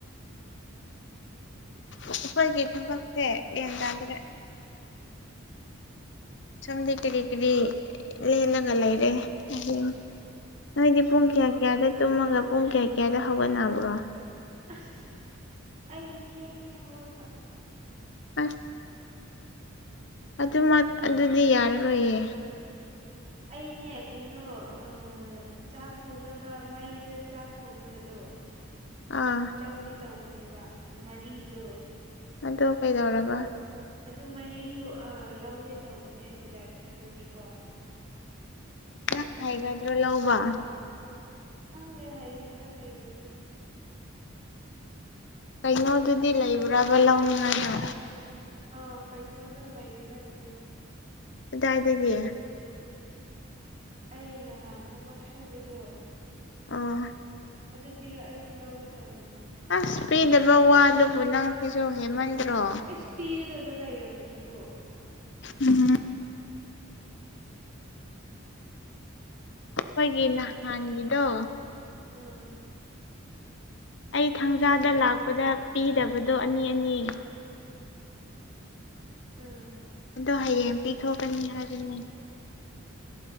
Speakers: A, on the left (about 55°); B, on the right (about 35°).
A: ꯑꯩꯈꯣꯏꯒꯤ ꯊꯕꯛꯁꯦ ꯒ꯭ꯌꯥꯟ ꯇꯥꯗ꯭ꯔꯦ ꯁꯣꯝꯗꯤ ꯀꯔꯤ ꯀꯔꯤ ꯂꯦꯜꯂꯒꯥ ꯂꯩꯔꯦ <unintelligible> ꯅꯣꯏꯗꯤ
B: ꯉꯁꯤꯗꯤ
A: ꯄꯨꯡ ꯀꯌꯥ ꯀꯌꯥꯗ ꯇꯨꯝꯃꯒꯥ ꯄꯨꯡ ꯀꯌꯥ ꯀꯌꯥꯗ ꯍꯧꯒꯠꯕ꯭ꯔꯣ
B: ꯑꯁ ꯑꯩꯗꯤ ꯊꯦꯡꯉꯦ ꯍꯧꯒꯠꯄ
A: <unintelligible> ꯑꯗꯨꯃꯛ ꯑꯗꯨꯗꯤ ꯌꯥꯔꯔꯣꯏꯌꯦ
B: ꯑꯩꯅꯦ ꯀꯩꯅꯣ ꯑꯥ ꯑꯥ ꯆꯥꯛ ꯊꯣꯡꯅꯕ ꯃꯩꯗ ꯆꯥꯛ ꯊꯣꯡꯅꯕꯗꯣ
A: ꯑꯥ
B: ꯂꯧꯒꯦ ꯇꯧꯕꯅꯦꯕ ꯃꯔꯤꯗꯣ
A: ꯑꯗꯣ ꯀꯩꯗꯧꯔꯕ
B: ꯑꯗꯨ ꯃꯔꯤꯗꯨ ꯑꯥ ꯂꯧꯒꯦ ꯇꯧꯕꯅꯦ ꯑꯩ ꯕꯖꯥꯔ ꯆꯠꯂꯗꯤꯀꯣ
A: ꯅꯪ ꯍꯩꯒꯗ꯭ꯔꯣ ꯂꯧꯕ
B: ꯈꯪꯗꯦ ꯍꯩꯒꯗ꯭ꯔꯥ ꯍꯩꯔꯣꯏꯗ꯭ꯔꯥ
A: ꯀꯩꯅꯣꯗꯨꯗꯤ ꯂꯩꯕ꯭ꯔꯕ ꯂꯧꯅꯤꯡꯉꯥꯏꯗꯣ
B: ꯑꯥ ꯀꯩꯅꯣꯗꯣ ꯂꯩꯒꯗꯕꯅꯦ
A: ꯑꯗꯥꯏꯗꯒꯤ
B: ꯑꯩ ꯅꯍꯥꯟ ꯊꯕꯛ ꯁꯨꯕꯗꯣ
A: ꯑꯥ
B: ꯑꯗꯨ ꯄꯤꯔꯛꯑꯗꯤ ꯂꯧꯒꯦ ꯇꯧꯕꯅꯦꯕ
A: ꯑꯁ ꯄꯤꯗꯕ ꯋꯥꯗꯨꯕꯨ ꯅꯪ ꯁꯤꯁꯨ ꯍꯦꯃꯟꯗ꯭ꯔꯣ
B: ꯏꯁ ꯄꯤꯒꯗꯕ ꯂꯩꯔꯕꯗꯨꯕꯣ
A: ꯎꯝ ꯑꯈꯣꯏꯒꯤ ꯅꯍꯥꯟꯒꯤꯗꯣ
B: ꯎꯝ
A: ꯑꯩ ꯊꯥꯡꯖꯥꯗ ꯂꯥꯛꯄꯗ ꯄꯤꯗꯕꯗꯣ ꯑꯅꯤ ꯑꯅꯤ
B: ꯎꯝ
A: ꯑꯗꯣ ꯍꯌꯦꯡ ꯄꯤꯊꯣꯛꯀꯅꯤ ꯍꯥꯏꯕꯅꯦ